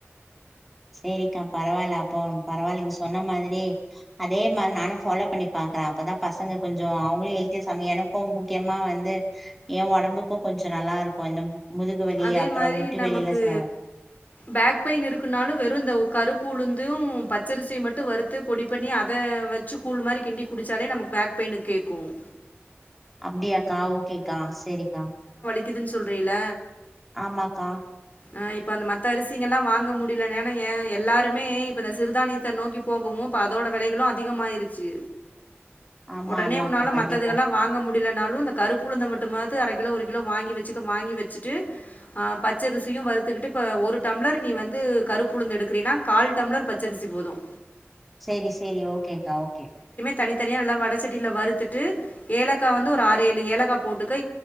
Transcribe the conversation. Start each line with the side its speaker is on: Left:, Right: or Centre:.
Centre: செரிக்கா பரவாயில்ல அப்போ பரவாயில்லங்க சொன்ன மாரி அதே மாரி நானும் ஃபாலோ பண்ணி பாக்குறேன் அப்தான் பசங்க கொஞ்சம் அவங்களயும் ஹெல்தியா சம எனக்கும் முக்கியமா வந்து என் உடம்புக்கும் கொஞ்சம் நல்லா இருக்கும் இந்த முதுகு வலி
Left: அதே
Centre: அப்புறோ
Left: மாரி
Centre: முட்டி
Left: நமக்கு
Centre: வலி எல்லா சரியாயிடு
Left: பேக் பெயின் இருக்குனாலும் வெறும் இந்த கருப்புஉளுரந்தும் பச்சரிசியை மட்டும் வறுத்து பொடி பண்ணி அத வச்சு கூழ் மாரி கிண்டி குடிச்சாலே நமக்கு பேக் பெயின் கேட்கும்
Centre: அப்டியாக்கா ஓகேக்கா செரிக்கா
Left: க்குதுன்னு சொல்றீல
Centre: ஆமாக்கா
Left: ஆ இப்ப அந்த மத்த அரிசிங்க எல்லாம் வாங்க முடியலன்னா எல்லாருமே இப்ப இந்த சிறுதானியத்தை நோக்கி போகவும் இப்ப அதோட வெலைகளும் அதிகமாயிருச்சு
Centre: ஆமா
Left: உடனே
Centre: ஆமாக்கா
Left: உன்னால
Centre: கண்டிப்பா
Left: மத்ததுகெல்லாம் வாங்க முடியு ல நானாலும் அந்த கருப்புழுைத மட்டும் அர கிலோ ஒரு கிலோ வாங்கி வச்சுக்க வாங்கி வச்சுட் ட்டு பச்சரிசியு வறுத்துகிட்டு ஒரு டம்ளர் நீ வந்து கருப்பு உளுந்து எடுக்கின்றன கால் டம்ளர் பச்சரிசி போதும்
Centre: சரி சரி ஓகேக்கா ஓகே
Left: தனித்தனியா நல்லா வடச்சட்டில் வறுத்துட்டு ஏலக்க வந்து ஆறு ஏழு ஏலகா போட்டுக்க